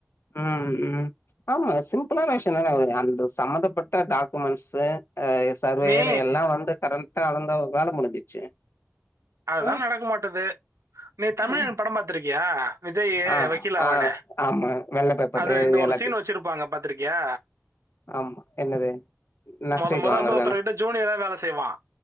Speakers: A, on the left; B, on the right.
A: ம் ம் ஆமா சிம்பிளான விஷய தான அவரு அந்த சம்பந்தப்பட்ட டாக்குமெண்ட்ஸ் அ சர்வேயர்
B: நீ
A: எல்லா வந்து கரண்டா அளந்தா வேல முடிஞ்சிச்சு
B: அதுதா
A: ஆ
B: நடக்க மாட்டது நீ தமிழன்
A: ஆ
B: படம் பாத்திருக்கியா விஜயே
A: ஆ
B: வக்கீலாவானே
A: ஆ ஆமா வெள்ள பேப்பர்ல
B: அதுல
A: எழுதி
B: இந்த ஒரு
A: எல்லாத்தையு
B: சீன் வச்சிருப்பாங்க பாத்திருக்கியா
A: ஆமா என்னது நஷ்டஈடு
B: மொத மொத
A: வாங்குறதான
B: வந்து ஒருத்தர்கிட்ட ஜூனியரா வேல செய்வா